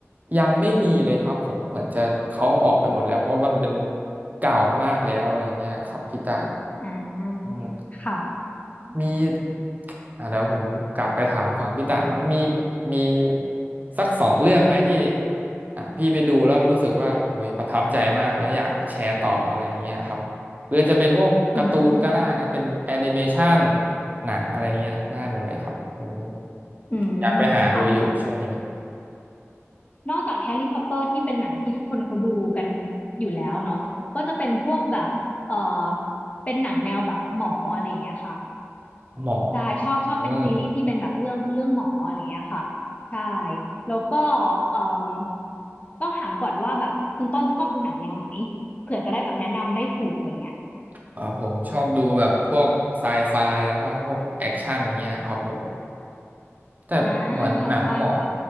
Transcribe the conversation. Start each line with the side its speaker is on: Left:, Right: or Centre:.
Right: ยังไม่มีเลยครับผมเหมือนจะเขาออกไปหมดแล้วเพราะมันเป็นเก่ามากแล้วอะไรเงี้ยครับพี่ตาล
Left: อ่าค่ะ
Right: อืมมีอ่ะเดี๋ยวผมกลับไปถามฝั่งพี่ต่านบ้างมีมีสักสองเรื่องไหมที่อ่ะพี่ไปดูแล้วรู้สึกว่าโอ้ยประทับใจมากแล้วอยากแชร์ต่ออะไรเงี้ยครับหรือจะเป็นพวกการ์ตูนก็ได้นะเป็นแอนิเมชัน
Left: อืม
Right: หนังอะไรเงี้ยได้หมดเลยครับผม
Left: อืมค่ะ
Right: อยากไปหาดูอยู่ช่วงนี้
Left: นอกจากแฮร์รี่พอตเตอร์ที่เป็นหนังที่ทุกคนเขาดูกันอยู่แล้วเนาะก็จะเป็นพวกแบบเออเป็นหนังแนวแบบหมออะไรอย่างเงี้ยค่ะ
Right: หมอ
Left: ใช่ชอบชอบเป็นซีรีส์ที่เป็นแบบเรื่องเรื่องหมออะไรอย่างเงี้ยค่ะใช่
Right: อืม
Left: แล้วก็เอ่มต้องถามก่อนว่าแบบคุณต้นชอบดูหนังแนวไหนเผื่อจะได้แบบแนะนำได้ถูกอะไรเงี้ย
Right: เออผมชอบดูแบบพวกไซไฟแล้วก็พวกแอคชั่นเงี้ยครับผมแต่เหมือนหนังหมอ
Left: อ่าไซไฟ